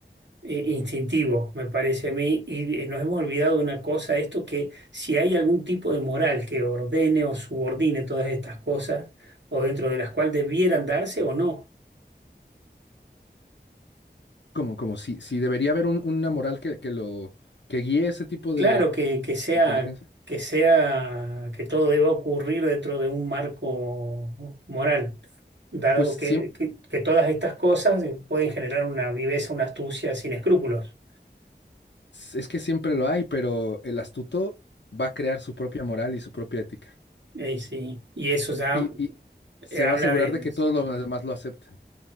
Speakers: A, on the right; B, on the left.
A: eh, instintivo, me parece a mí, y eh, nos hemos olvidado de una cosa, esto que si hay algún tipo de moral que ordene o subordine todas estas cosas, o dentro de las cuales debieran darse o no.
B: Como, como si, si debería haber un- una moral que, que lo que guíe ese tipo
A: Claro
B: de
A: que, que sea,
B: inteligencia.
A: que sea, que todo deba ocurrir dentro de un marco moral, dado
B: Pues
A: que,
B: siem-
A: que- que todas estas cosas eh, pueden generar una viveza, una astucia sin escrúpulos.
B: es que siempre lo hay, pero el astuto va a crear su propia moral y su propia ética.
A: Eh, sí, y eso ya
B: Y, y se
A: eh, habla
B: va a asegurar
A: de,
B: de que todos los demás lo acepten.